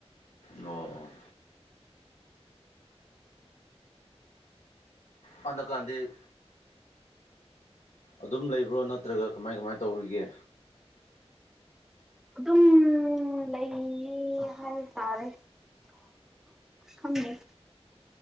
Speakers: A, on the left; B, in the centre.
A: ꯑꯣ ꯍꯟꯗꯀꯥꯟꯗꯤ ꯑꯗꯨꯝ ꯂꯩꯕ꯭ꯔꯣ ꯅꯠꯇ꯭ꯔꯒ ꯀꯃꯥꯏ ꯀꯃꯥꯏꯅ ꯇꯧꯔꯤꯒꯦ
B: ꯑꯗꯨꯝ ꯂꯩꯌꯦ ꯍꯥꯏꯦ ꯇꯥꯔꯦ ꯊꯃꯦ